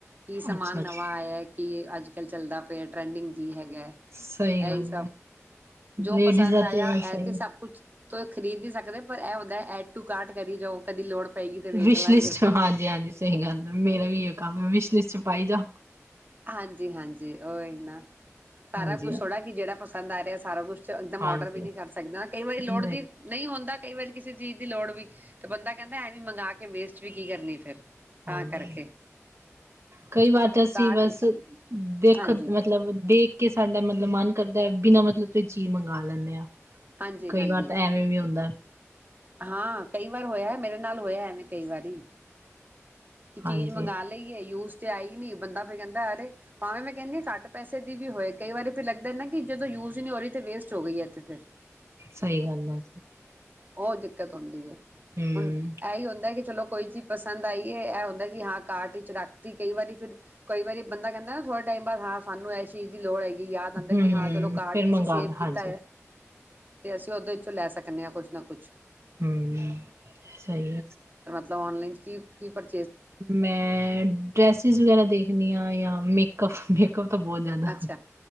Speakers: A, on the right (about 35°); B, on the right (about 60°).
A: ਕੀ ਸਮਾਨ
B: ਅੱਛਾ ਅੱਛਾ
A: ਨਵਾਂ ਆਇਆ ਏ ਕੀ ਅੱਜ ਕਲ ਚੱਲਦਾ ਪਿਆ ਟ੍ਰੈਂਡਿੰਗ ਚ ਹੀ ਹੈਗਾ
B: ਸਹੀ
A: ਐ
B: ਗੱਲ
A: ਇਹੀ ਸਭ
B: ਹੈ
A: ਜੋ
B: ਲੇਡੀਜ਼
A: ਪਸੰਦ
B: ਦਾ
A: ਆਇਆ
B: ਤੇ ਬਸ ਸਹੀ
A: ਇਹ ਤੇ ਸਭ ਕੁਛ ਤੇ ਖਰੀਦ ਵੀ ਸਕਦੇ ਪਰ ਇਹ ਹੁੰਦਾ ਏ ਐਡ ਟੂ ਕਾਰਟ ਕਰੀ ਜਾਓ ਕਦੀ ਲੋੜ ਪਏਗੀ ਤੇ ਵੇਖ
B: ਵਿਸ਼
A: ਲਾਂਗੇ।
B: ਲਿਸਟ ਹਾਂਜੀ-ਹਾਂਜੀ ਸਹੀ ਗੱਲ ਹੈ ਮੇਰਾ ਵੀ ਇਹਓ ਕੰਮ ਹੈ ਵਿਸ਼ ਲਿਸਟ ਚ ਪਾਈ ਜਾਓ।
A: ਹਾਂਜੀ-ਹਾਂਜੀ ਓਹੀ ਨਾ ਸਾਰਾ
B: ਹਾਂਜੀ
A: ਕੁਛ
B: ਹਾਂ
A: ਥੋੜ੍ਹਾ ਕਿ ਜਿਹੜਾ ਪਸੰਦ ਆ ਰਿਹਾ ਹੈ ਸਾਰਾ ਕੁਛ। ਇਕਦਮ
B: ਹਾਂਜੀ
A: ਔਰਡਰ ਵੀ ਨਹੀਂ ਕਰ ਸਕਦੇ ਨਾ ਕਈ ਵਾਰੀ ਲੋੜ
B: ਨਹੀਂ
A: ਵੀ ਨਹੀਂ ਹੁੰਦਾ। ਕਈ ਵਾਰੀ ਕਿਸੇ ਚੀਜ ਦੀ ਲੋੜ ਹੋਈ ਤੇ ਬੰਦਾ ਕਹਿੰਦਾ ਐਂਵੇਂ ਮੰਗਾਂ ਕੇ ਵੇਸਟ ਵੀ ਕੀ ਕਰਨੀ ਏ ਫਿਰ। ਤਾਂ
B: ਹਾਂਜੀ
A: ਕਰਕੇ
B: ਕਈ ਵਾਰ ਤਾ
A: ਕਾਟ
B: ਜੀ ਬਸ ਦੇਖ
A: ਹਾਂਜੀ
B: ਮਤਲਬ ਦੇਖ ਕੇ ਸਾਡਾ ਮਤਲਬ ਮਨ ਕਰਦਾ ਏ ਬਿਨਾਂ ਮਤਲਬ ਕੋਈ ਚੀਜ ਮੰਗਾ ਲੈਂਨੇਂ ਹਾਂ।
A: ਹਾਂਜੀ
B: ਕਈ
A: ਹਾਂਜੀ
B: ਵਾਰ ਤਾ ਐਵੇਂ ਵੀ ਹੁੰਦਾ ਏ
A: ਹਾਂ ਕਈ ਵਾਰ ਹੋਇਆ ਮੇਰੇ ਨਾਲ ਹੋਇਆ ਐਂਵੇਂ। ਕਈ ਵਾਰੀ ਕਿ ਚੀਜ
B: ਹਾਂਜੀ
A: ਮੰਗਾ ਲਈਏ ਯੂਜ਼ ਤੇ ਆਈ ਹੀ ਨੀ ਬੰਦਾ ਫੇਰ ਕਹਿੰਦਾ ਅਰੇ ਭਾਵੇਂ ਮੈਂ ਕਹਿੰਨਿਆਂ ਘੱਟ ਪੈਸੇ ਦੀ ਵੀ ਹੋਏ ਕਈ ਵਾਰੀ ਫੇਰ ਲੱਗਦਾ ਏ ਨਾ ਕਿ ਜਦੋ ਯੂਜ਼ ਹੀ ਨੀ ਹੋ ਰਹੀ ਤੇ ਵੇਸਟ ਹੋ ਗਈ ਇਹ ਤੇ। ਫਿਰ
B: ਸਹੀ ਗੱਲ ਹੈ।
A: ਉਹ ਦਿੱਕਤ ਹੁੰਦੀ ਹੈ
B: ਹਮ
A: ਹੁਣ ਇਹੀ ਹੁੰ ਕਿ ਚਲੋ ਕੋਈ ਚੀਜ ਪਸੰਦ ਆਈਏ ਇਹ ਹੁੰਦਾ ਕਿ ਹਾਂ ਕਾਰਟ ਵਿਚ ਰੱਖਤੀ ਕਈ ਵਾਰੀ ਫਿਰ ਕਈ ਵਾਰੀ ਬੰਦਾ ਕਹਿੰਦਾ ਨਾ ਥੋੜੇ ਟਾਈਮ ਬਾਅਦ ਹਾਂ ਸਾਹਨੂੰ ਇਸ ਚੀਜ ਦੀ ਲੋੜ ਹੈ। ਫਿਰ ਯਾਦ ਆਉਂਦਾ
B: ਹੂੰ,
A: ਕਿ ਹਾਂ ਚਲੋ ਕਾਰਟ
B: ਫੇਰ
A: ਚ
B: ਮੰਗਾ
A: ਅਸੀ ਸੇਵ
B: ਲਾ
A: ਕੀਤਾ
B: ਹਾਂਜੀ,
A: ਹੋਇਆ ਤੇ ਅਸੀ ਉਹਦੇ ਵਿੱਚੋਂ ਲਏ ਸਕ ਇਹਨਿਆਂ ਕੁਛ ਨਾ ਕੁਛ
B: ਹਮ ਸਹੀ
A: ਤਾਂ ਔਨਲਾਈਨ ਤੁਸੀ ਕੀ ਪਰ
B: ਮੈਂ ਡ੍ਰੈਸਿਸ ਵਗੈਰਾ ਦੇਖਨਿਆਂ ਯਾ ਮੇ ਕਫ ਮੇਕਪ ਤਾਂ ਬਹੁਤ ਜ਼ਿਆਦਾ
A: ਅੱਛਾ